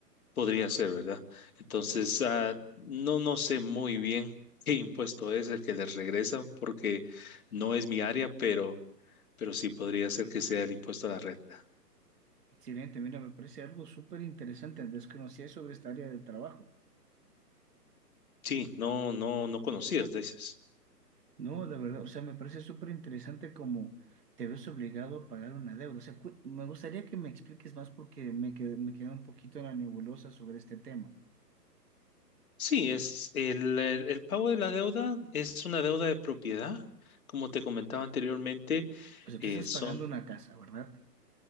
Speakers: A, on the left; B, on the right.
A: Podría ser, ¿verdad? Entonces, ah, no, no sé muy bien <laughs> qué impuesto es el que les regresan porque no es mi área, pero, pero sí podría ser que sea el impuesto a la renta.
B: Excelente, mira, me parece algo súper interesante. Desconocía sobre esta área de trabajo.
A: Sí, no, no, no conocías, dices.
B: No, la verdad, o sea, me parece súper interesante como te ves obligado a pagar una deuda. O sea, cu- me gustaría que me expliques más porque me quedé, me queda un poquito en la nebulosa sobre este tema.
A: Sí, es el, el, el pago de la deuda es una deuda de propiedad. Como te comentaba anteriormente,
B: O sea,
A: eh,
B: tú estás
A: son
B: pagando una casa, ¿verdad?